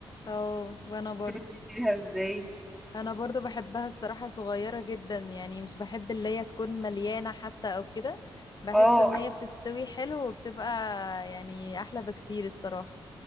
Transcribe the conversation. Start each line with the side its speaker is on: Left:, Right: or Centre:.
Left: اه وانا برضو
Centre: انت بتحبيها ازاي
Left: انا برضو بحبها الصراحة صغيرة جدا يعني مش بحب اللي هي تكون مليانة حتى او كده بحس
Centre: اه
Left: ان هي بتستوي حلو وبتبقى يعني احلى بكتير الصراحة